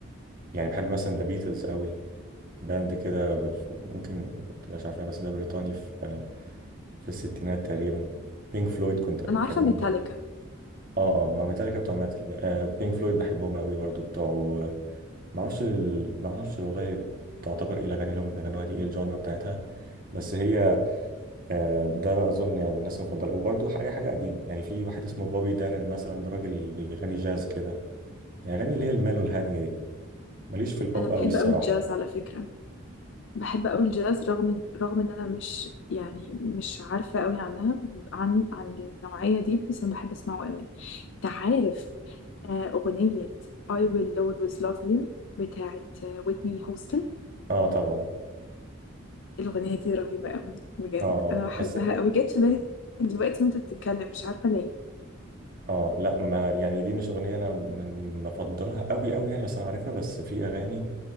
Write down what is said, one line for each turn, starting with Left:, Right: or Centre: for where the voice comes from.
Right: يعني بحب مثلا ذا بيتلز قوي باند كده ب- ممكن ما تبقاش عارفها بس ده بريطاني في في الستينات تقريبا بينك فلويد كنت بحبهم
Left: انا عارفه ميتاليكا
Right: جدا اه اه ما ميتاليكا بتوع ماتل آه بينك فلويد بحبهم قوي برضو بتوع ما اعرفش ال... ما اعرفش والله تعتبر ايه الاغاني اللي هم بيغنوها دي ايه الجانرا بتاعتها بس هي آه ده اظن يعني من الناس المفضله وبرضو اي حاجه قديمه يعني في واحد اسمه بوبي دارن مثلا ده راجل بيغني جاز كده يعني اغاني اللي هي المال والهاديه دي ماليش في البوب
Left: انا بحب
Right: قوي الصراحه
Left: قوي الجاز على فكره بحب أوي الجاز رغم رغم إن أنا مش يعني مش عارفة أوي عنها عن عن النوعية دي بس أنا بحب أسمعه أوي تعرف آه، أغنية I will always love you بتاعت ويتني هوستن
Right: اه طبعا
Left: الأغنية دي رهيبة أوي بجد
Right: اه
Left: أنا بحبها
Right: بس
Left: أوي جت في بالي دلوقتي وأنت بتتكلم مش عارفة ليه
Right: اه لا ما يعني دي مش اغنيه انا من بفضلها قوي قوي يعني بس انا عارفها بس في اغاني